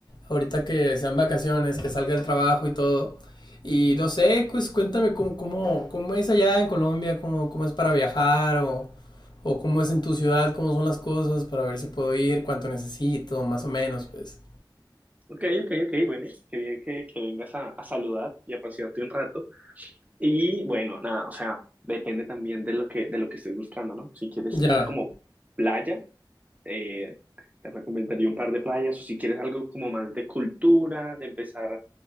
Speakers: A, on the left; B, on the right.
A: ahorita que sean vacaciones, que salga el trabajo y todo. Y no sé, pues cuéntame cómo, cómo, cómo es allá en Colombia, cómo, cómo es para viajar o, o cómo es en tu ciudad, cómo son las cosas, para ver si puedo ir, cuánto necesito, más o menos, pues.
B: Ok, ok, ok, bueno, qué bien que, que vengas a, a saludar y a pasearte un rato. Y bueno, nada, o sea, depende también de lo que, de lo que estés buscando, ¿no? Si quieres
A: Ya,
B: como playa, eh, te recomendaría un par de playas, o si quieres algo como más de cultura, de empezar